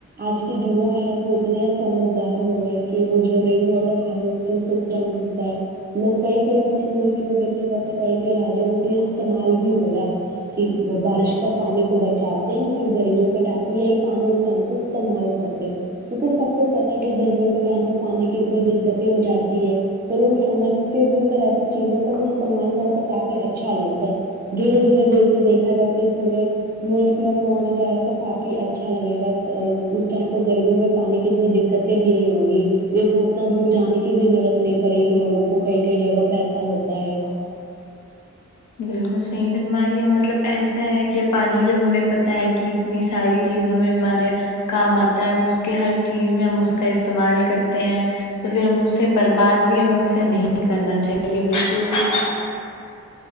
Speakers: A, on the right; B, on the left.
A: آج کے یوا ہے تو اتنے سمجدار ہو گئے کہ وہ جو رین واٹر ہاروسٹنگ سے کام آتا ہے <unintelligible> لوگ کئی کئی اپنے ملک میں دیکھا جائے تو کئی کئی راجوں میں تو یہ استعمال بھی ہو رہا ہے کے بارش کا پانی کو بچاتے ہیں گرمیوں کے ٹائم پہ یہی پانی اس ٹائم پہ استعمال کرتے کیونکہ سب کو پتا ہے کہ گرمیوں کے ٹائم پہ پانی کی اتنی دقتیں ہو جاتی ہے تو لوگ سمجھ کے بھی ایسا چیزوں کا بھی استعمال کریں تو کافی اچھا لگتا ہے دھیرے دھیرے دیکھ سے دیکھا جاتی پورے ملک میں پہنچ جائے گا تو کافی اچھا لگے گا اس ٹائم تو گرمیوں میں پانی کی اتنی دقتیں بھی نہیں ہوگی لیکن اتنا دور جانے کی بھی ضرورت نہیں پڑے گی لوگوں کو کئی کئی جگہ پہ ایسا ہوتا ہے
B: بالکل صحیح فرما رہی ہیں مطلب ایسا ہے کہ پانی جب ہمیں پتا ہے کہ اتنی ساری چیزوں میں ہمارے کام آتا ہے اس کے ہر چیز میں ہم اس کا استعمال کرتے ہیں تو پھر ہم اس سے برباد بھی ہمیں اسے نہیں کرنا چاہیے بالکل بھی